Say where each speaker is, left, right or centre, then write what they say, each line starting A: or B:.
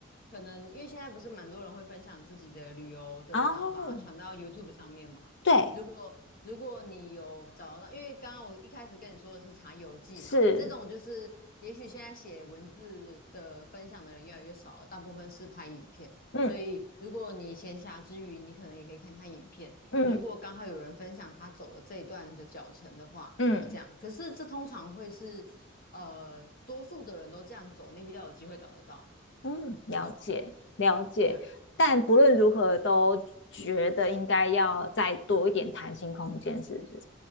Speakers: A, on the left (about 50°); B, on the left (about 60°).
A: 可能，因为现在不是蛮多人会分享自己的旅游的，
B: 哦，
A: 然后把它传到 YouTube 上面嘛。
B: 对，
A: 如果如果你有找到，因为刚刚我一开始跟你说的是查游记嘛，
B: 是，
A: 这种就是也许现在写文字的分享的人越来越少了，大部分是拍影片。
B: 嗯
A: 所以如果你闲暇之余，你可能也可以看看影片。
B: 嗯
A: 如果刚好有人分享他走了这一段的脚程的话，
B: 嗯
A: 这样。可是这通常会是。呃，多数的人都这样走，你比较有机会找得到，
B: 嗯，了解了解，
A: 你懂吗？对
B: 但不论如何，都觉得应该要再多一点弹性空间，是不是？